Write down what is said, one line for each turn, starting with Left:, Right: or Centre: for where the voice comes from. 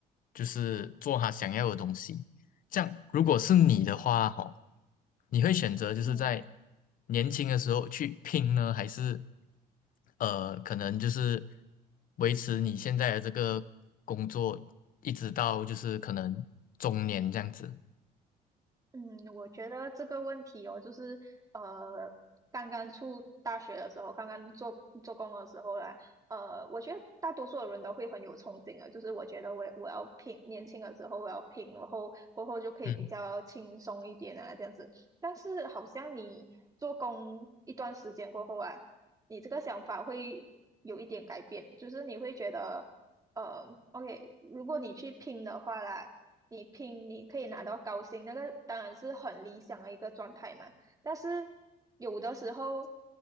Left: 就是做他想要的东西。这样，如果是你的话，吼，你会选择就是在
Right: 嗯
Left: 年轻的时候去拼呢，还是呃，可能就是维持你现在的这个工作，一直到就是可能中年这样子？
Right: 嗯，我觉得这个问题哦，就是呃，刚刚出大学的时候，刚刚做做工的时候啦，呃，我觉得大多数的人都会很有憧憬啊，就是我觉得我我要拼，年轻的时候我要拼，然后过后就可以比较轻松一点啊，
Left: 嗯
Right: 这样子。但是好像你做工一段时间过后啊，你这个想法会有一点改变，就是你会觉得，呃，OK，如果你去拼的话啦。你拼你可以拿到高薪，那个当然是很理想的一个状态嘛。但是有的时候